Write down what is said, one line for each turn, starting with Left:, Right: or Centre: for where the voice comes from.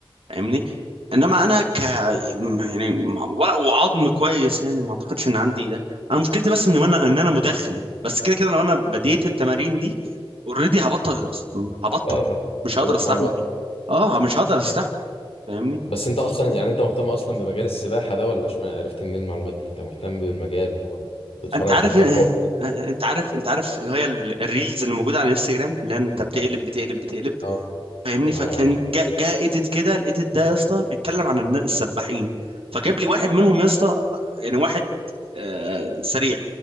Right: فاهمني انما انا ك م- يعني م- ولا وعظم كويس يعني ما اعتقدش ان عندي ده انا مشكلتي بس ان انا ان انا مدخن بس كده كده لو انا بديت التمارين دي اوريدي هبطل هبطل
Left: اه
Right: مش هقدر
Left: بيروح
Right: استحمل
Left: مع الوقت
Right: اه مش هقدر استحمل فاهمني
Left: بس انت اصلا يعني انت مهتم اصلا بمجال السباحه ده ولا اشمعنى عرفت منين المعلومات دي انت مهتم بالمجال وبتتفرج
Right: انت عارف
Left: بتتابعه
Right: آه،
Left: كتير؟
Right: آه، آه، انت عارف انت عارف اللي هي ال- الريلز اللي موجوده على الانستجرام اللي هي انت بتقلب بتقلب بتقلب
Left: اه
Right: فاهمني
Left: اه
Right: فكان
Left: آه.
Right: جاء جا ايديت كده الايديت ده يا اسطى بيتكلم عن النا- السباحين فجاب لي واحد منهم يا اسطى يعني واحد آه سريع